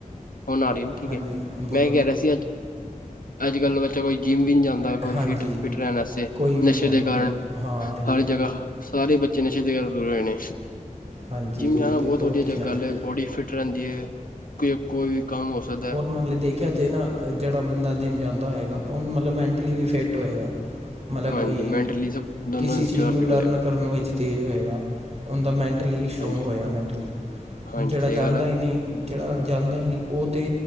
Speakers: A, on the left; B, on the right.
A: ਹੋਣ ਆ ਰਹੀਆਂ ਨੇ ਠੀਕ
B: ਹਾਂਜੀ
A: ਹੈ,
B: ਬੋਲੋ
A: ਮੈਂ ਇਹ ਕਹਿ ਰਿਹਾ ਸੀ ਅੱਜ, ਅੱਜ ਕੱਲ ਬੱਚਾ ਕੋਈ ਜਿੰਮ ਵੀ ਨਹੀਂ ਜਾਂਦਾ। ਹਰ ਕੋਈ
B: ਹਾਂਜੀ
A: ਸ਼ੀਟ, ਫਿਟ ਰਹਿਣ ਵਸਤੇ,
B: ਕੋਈ ਵੀ
A: ਨਸ਼ੇ
B: ਨਹੀਂ ਆਇਆ
A: ਦੇ
B: ਮਤਲਬ
A: ਕਾਰਨ,
B: ਹਾਂ ਉਹੀ
A: ਹਰ ਜਗ੍ਹਾ ਸਾਰੇ ਬੱਚੇ ਬੱਚੇ ਨਸ਼ੇ ਤੇ ਗੱਲ ਦੂਰ ਹੋਏ ਨੇ।
B: ਹਾਂਜੀ
A: ਜਿੰਮ
B: ਉਹੀ
A: ਜਾਣਾ
B: ਤਾਂ
A: ਬਹੁਤ ਵਧੀਆ
B: ਹੀ ਫੈਲ
A: ਗੱਲ
B: ਗਿਆ
A: ਹੈ। ਬੋਡੀ ਫਿਟ ਰਹਿੰਦੀ ਹੈ। ਕੋਈ ਵੀ ਕੰਮ ਸਕਦਾ
B: ਰ
A: ਹੈ।
B: ਨਾਲੇ ਦੇਖਿਆ ਜੇ ਨਾ ਜਿਹੜਾ ਬੰਦਾ ਜਿੰਮ ਜਾਂਦਾ ਹੈਗਾ, ਉਹ ਮਤਲਬ ਮੈਂਟਲੀ ਵੀ ਫਿੱਟ ਹੋਏਗਾ। ਮਤਲਬ
A: ਹਾਂਜੀ।
B: ਕੋਈ
A: ਮੈਂਟਲੀ ਦੋਨੋਂ
B: ਕਿਸੇ ਚੀਜ਼
A: ਜਗ੍ਹਾ
B: ਨੂੰ
A: ਫਿਟ
B: ਲਰਨ
A: ਹੋਏਗਾ
B: ਕਰਨ ਵਿੱਚ ਤੇਜ਼ ਹੋਏਗਾ। ਉਹਦਾ ਮੈਨਟਲੀ ਸਟਰਾਂਗ
A: ਹਾਂਜੀ
B: ਹੋਏਗਾ ਮੈਨਟਲੀ।
A: ਹਾਂਜੀ
B: ਹੁਣ ਜਿਹੜਾ
A: ਸਹੀ
B: ਜਾਂਦਾ
A: ਗੱਲ ਹੈ
B: ਹੀ ਨਹੀਂ, ਜਿਹੜਾ ਜਾਂਦਾ ਹੀ ਨਹੀਂ ਉਹ ਅਤੇ